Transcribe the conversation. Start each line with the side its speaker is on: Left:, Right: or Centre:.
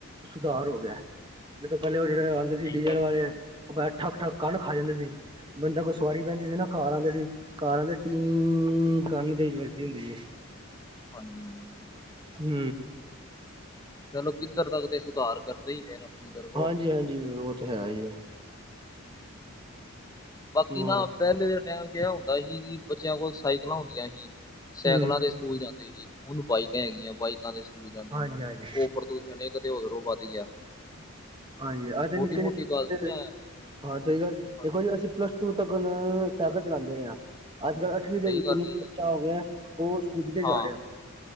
Right: ਸੁਧਾਰ ਹੋ ਗਿਆ ਨੀ ਤੇ ਪਹਿਲੇ ਉਹ ਜਿਹੜੇ ਆਉਂਦੇ
Left: ਸਹੀ
Right: ਸੀ ਡੀਜ਼ਲ
Left: ਗੱਲ
Right: ਵਾਲੇ
Left: ਹੈ
Right: ਉਹੈ ਠੱਕ- ਠੱਕ ਕੰਨ ਖਾ ਜਾਂਦੇ ਸੀ ਬੰਦਾ ਕੋਈ ਸਵਾਰੀ ਬਹਿੰਦੀ ਸੀ ਤੇ ਘਰ ਆਉਂਦੇ ਸੀ ਘਰ ਆਉਂਦੇ ਸੀ ਤੇ ਟੀ ਕੰਨ ਵਿੱਚ ਵੱਜਦੀ ਸੀ
Left: ਹਾਂਜੀ-ਹਾਂਜੀ
Right: ਹੂੰ
Left: ਚਲੋ ਕਿੱਧਰ ਦਾ ਤੇ ਸੁਧਾਰ ਕਰਦੇ ਹੀ ਫਿਰ ਆਪਣੀ ਤਰਫੋਂ
Right: ਹਾਂਜੀ- ਹਾਂਜੀ ਉਹ ਤੇ ਹੈ ਈ ਏ।
Left: ਬਾਕੀ
Right: ਬਸ
Left: ਨਾ ਪਹਿਲੇ ਦੇ ਟਾਈਮ 'ਚ ਇਹ ਹੁੰਦਾ ਸੀ, ਕਿ ਬੱਚਿਆਂ ਕੋਲ ਸਾਈਕਲਾਂ ਹੁੰਦੀਆਂ ਸੀ, ਸਾਈਕਲਾਂ
Right: ਹਮ
Left: ਤੇ ਸਕੂਲ ਜਾਂਦੇ ਸੀ, ਹੁਣ ਬਾਈਕਾਂ ਹੈਗੀਆਂ ਬਾਈਕਾਂ ਤੇ ਸਕੂਲ ਜਾਂਦੇ
Right: ਹਾਂਜੀ
Left: ਨੇ,
Right: ਹਾਂਜੀ
Left: ੳਹ ਪ੍ਰਦੂਸ਼ਣ, ਇੱਕ ਤੇ ਉਧਰੋਂ ਵਧ ਗਿਆ।
Right: ਹਾਂਜੀ,
Left: ਛੋਟੀ
Right: ਅੱਜ ਨੀਕੇ-
Left: ਮੋਟੀ
Right: ਨੀਕੇ
Left: ਗੱਲ ਨੀ ਹੈ
Right: ਹਾਂ ਸਹੀ ਗੱਲ,
Left: ਹਾਂ,
Right: ਦੇਖੋ ਜੀ ਅਸੀਂ ਪਲੱਸ ਟੂ ਤੱਕਨ, ਸਾਈਕਲ ਚਲਾਉਂਦੇ ਰਹੇ ਹਾਂ ਅੱਜ- ਕੱਲ੍ਹ ਅਠਵੀ
Left: ਸਹੀ
Right: ਦੇ ਵਿੱਚ
Left: ਗੱਲ
Right: ਬੱਚਾ
Left: ਹੈ ਜੀ।
Right: ਹੋ ਗਿਆ, ਉਹ ਸਕੂਟੀ ਤੇ
Left: ਹਾਂ
Right: ਜਾ ਰਿਹਾ।